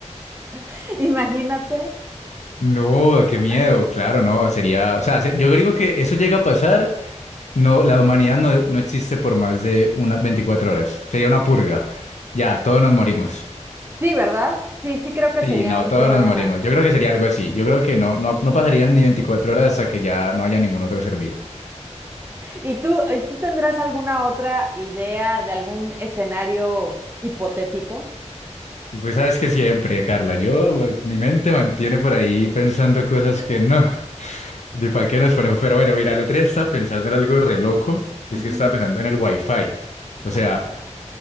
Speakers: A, on the right (about 20°); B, on the left (about 70°).
A: <laughs> Imagínate.
B: No, qué
A: Ah,
B: miedo, claro, no, sería, o sea, se- yo digo que eso llega a pasar, no, la humanidad no, no existe por más de unas 24 horas, sería una purga, ya, todos nos morimos,
A: Sí, ¿verdad? Sí, sí creo que
B: sí,
A: sería
B: no,
A: un
B: todos
A: problema.
B: nos morimos, yo creo que sería algo así, yo creo que no, no, no pasarían ni 24 horas hasta que ya no haya ningún otro ser vivo.
A: ¿Y tú, y tú tendrás alguna otra idea de algún escenario hipotético?
B: Pues sabes que siempre, Carla, yo, mi mente mantiene por ahí pensando
A: <laughs>
B: cosas que no, ni para qué nos ponemos, pero bueno, mira, el otro día estaba pensando en algo re loco, y es
A: Ujú.
B: que estaba pensando en el Wi-Fi. o sea...
A: Ajá,